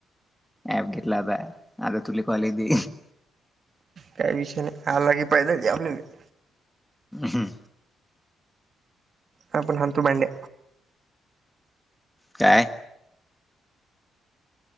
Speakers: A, in the centre; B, on the right.
A: ऍप घेतला ऍपा आता तुले कॉल येतील.
B: काय विषय नाय आला की फायदाचं ये आपल्याला
A: हं
B: आपण हाणतो बंड्या
A: काय?